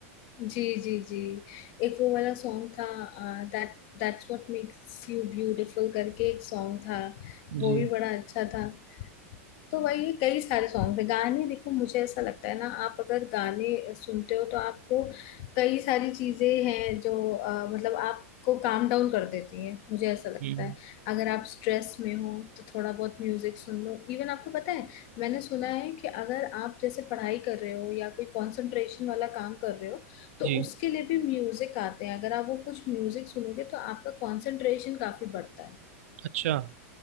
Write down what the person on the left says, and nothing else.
जी जी जी एक वो वाला सॉन्ग था that that's what makes you beautiful करके एक सॉन्ग था वो
भी बड़ा अच्छा था तो वही कई सारे सॉन्ग थे गाने देखो मुझे ऐसा लगता है ना आप अगर गाने सुनते हो तो आपको कई सारी चीजें हैं जो अ, मतलब आपको काम डाउन कर देती है मुझे ऐसा लगता
है अगर आप स्ट्रेस में हो तो थोड़ा बहुत म्यूजिक सुन लो इवन आपको पता है मैंने सुना है कि अगर आप जैसे पढ़ाई कर रहे हो या कोई कंसंट्रेशन वाला काम कर रहे हो तो
उसके लिए भी म्यूजिक आते हैं अगर आप वो कुछ म्यूजिक सुनोगे तो आपका कंसंट्रेशन काफी बढ़ता है